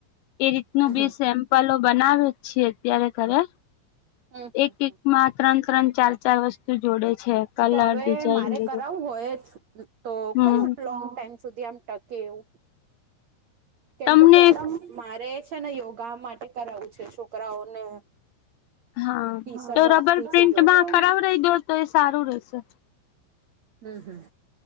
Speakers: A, on the left; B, on the right.
A: એ રીતનું
B: હમ હમ
A: બી સેમ. પલો બનાવે છેએ ત્યારે ઘરે,
B: હમ હમ
A: એક
B: હમ
A: એકમાં ત્રણ ત્રણ ચાર ચાર વસ્તુ જોડે છે કલર
B: તો હવે
A: ડિઝાઇન
B: મારે
A: બધું
B: કરાવું હોય તો
A: હમ
B: કયું ંગ ટાઈમ સુધી આમ ટકે એવું? કેમકે
A: તમને
B: જો મારે છે ને યોગા માટે કરાવું છે છોકરાઓને.
A: હા,
B: ટી શર્ટો
A: તો રબર
B: આપવી
A: પ્રિન્ટમાં
B: છે યોગા
A: કરાવ રહી દો તો એ સારું રહેશે.
B: હમ હમ.